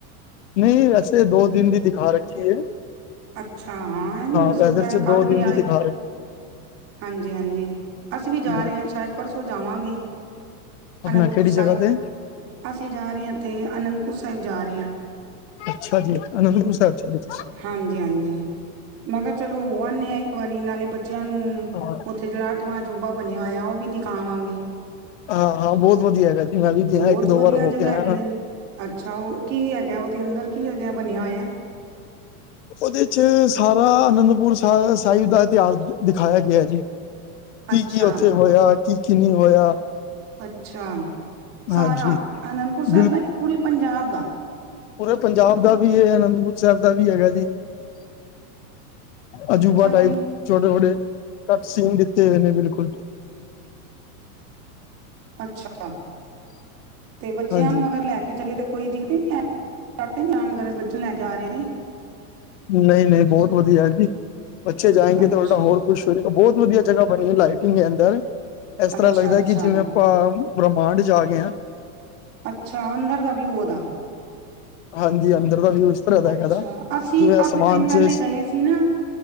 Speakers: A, on the left; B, on the right.
A: ਨਹੀਂ ਵੈਸੇ ਦੋ ਦਿਨ ਵੀ ਦਿਖਾ ਰੱਖੀ ਹੈ
B: ਅੱਛਾ ਹਾਂ ਇਹ ਵੀ ਹੋ
A: ਵੈਦਰ
B: ਸਕਦਾ ਹੈ
A: ਚ
B: ਕੱਲ
A: ਦੋ ਦਿਨ
B: ਵੀ
A: ਦੀ
B: ਆਏ
A: ਦਿਖਾ
B: ਹਾਂਜੀ ਹਾਂਜੀ ਅਸੀਂ ਵੀ
A: ਰੱਖੀ
B: ਜਾ ਰਹੇ ਹਾਂ ਸ਼ਾਇਦ ਪਰਸੋਂ ਜਾਵਾਂਗੇ
A: ਆਪਣਾ
B: ਅਨੰਦਪੁਰ
A: ਕਿਹੜੀ ਜਗ੍ਹਾ
B: ਸਾਹਿਬ।
A: ਤੇ
B: ਅਸੀਂ ਜਾ ਰਹੇ ਆਂ ਇੱਥੇ ਅਨੰਦਪੁਰ ਸਾਹਿਬ ਜਾ ਰਹੇ ਆਂ।
A: ਅੱਛਾ ਜੀ ਅਨੰਦਪੁਰ ਸਾਹਿਬ ਚੱਲੇ ਤੁਸੀ?
B: ਹਾਂਜੀ, ਹਾਂਜੀ। ਮੈਂ ਕਿਹਾ ਚਲੋ ਹੋ ਆੰਨੇ ਆਂ ਇੱਕ ਵਾਰੀ ਨਾਲੇ ਬੱਚਿਆਂ ਨੂੰ,
A: ਹਾਂ
B: ਉੱਥੇ ਜਿਹੜਾ ਅੱਠਵਾਂ ਅਜੂਬਾ ਬਨਿਆ ਹੋਇਆ ਉਹ ਵੀ ਦਿਖਾਵਾਂਗੇ।
A: ਹਾਂ ਹਾਂ ਬਹੁਤ ਵਧੀਆ ਹੈਗਾ ਜੀ ਮੈਂ ਵੀ ਗਿਆਂ
B: ਬਹੁਤ
A: ਇੱਕ
B: ਵਧੀਆ
A: ਦੋ ਵਾਰ ਹੋ
B: ਜਗ੍ਹਾ
A: ਕੇ ਆਇਆਂ।
B: ਹੈਗੀ ਅੰ ਅੱਛਾ ਉਹ ਕੀ ਹੈਗੈ ਉਹਦੇ ਅੰਦਰ ਕੀ ਹੈਗੈ ਬਨਿਆ ਹੋਇਆ?
A: ਉਹਦੇ ਚ ਸਾਰਾ ਅਨੰਦਪੁਰ ਸਾਹਿਬ ਦਾ ਇਤਿਹਾਸ ਦਿਖਾਇਆ ਗਿਆ ਜੀ। ਕੀ
B: ਅੱਛਾ
A: ਕੀ ਉੱਥੇ ਹੋਇਆ ਕੀ ਕੀ ਨਹੀਂ ਹੋਇਆ।
B: ਅੱਛਾ। ਸਾਰਾ,
A: ਹਾਂਜੀ
B: ਅਨੰਦਪੁਰ ਸਾਹਿਬ
A: ਬਿਲਕੁਲ
B: ਦਾ ਯਾਂ ਪੂਰੇ ਪੰਜਾਬ ਦਾ?
A: ਪੂਰੇ ਪੰਜਾਬ ਦਾ ਵੀ ਏ ਅਨੰਦਪੁਰ ਸਾਹਿਬ ਦਾ ਵੀ ਹੈਗਾ ਜੀ। ਅਜੂਬਾ
B: ਅੱਛਾ
A: ਟਾਈਪ
B: ਜੀ
A: ਛੋਟੇ ਛੋਟੇ, ਕੱਟ ਸੀਨ ਦਿੱਤੇ ਹੋਏ ਨੇ ਬਿਲਕੁੱਲ।
B: ਅੱਛਾ, ਤੇ ਬੱਚਿਆਂ
A: ਹਾਂਜੀ
B: ਨੂੰ ਅਗਰ ਲੈ ਕੇ ਤੇ ਜਾਈਏ ਤਾਂ ਕੋਈ ਦਿਕੱਤ ਨੀ ਹੇ ਆ ਬੱਚੇ ਨੂੰ ਲੈ ਕੇ ਆ ਰਏ ਨੇ
A: ਨਹੀਂ ਨਹੀਂ ਬਹੁਤ ਵਧੀਆ ਹੈਜੀ, ਬੱਚੇ ਜਾਏਂਗੇ
B: ਅੱਛਾ
A: ਤੇ ਉਲਟਾ ਹੋਰ ਕੁਛ ਬਹੁਤ ਵਧੀਆ ਜਗ੍ਹਾ ਬਣੀ ਲਾਈਟਿੰਗ ਹੈ ਅੰਦਰ, ਇਸ ਤਰ੍ਹਾਂ
B: ਅੱਛਾ
A: ਲੱਗਦਾ
B: ਅੱਛਾ
A: ਕਿ ਜਿਵੇਂ ਆਪਾਂ ਬ੍ਰਹਮਾਂਡ 'ਚ' ਆ ਗਏ ਆਂ।
B: ਅੱਛਾ ਅੰਦਰ ਦਾ ਵਿਊ ਉਹਦਾ
A: ਹਾਂਜੀ ਅੰਦਰ ਦਾ ਵਿਊ ਤਰ੍ਹਾਂ ਦਾ
B: ਅੱਛਾ
A: ਹੈਗਾ ਦਾ
B: ਅਸੀਂ
A: ਜਿਵੇਂ
B: ਕਾਫੀ
A: ਅਸਮਾਨ
B: ਟਾਈਮ ਪਹਿਲੇ
A: ਚ
B: ਗਏ ਸੀ ਨਾ,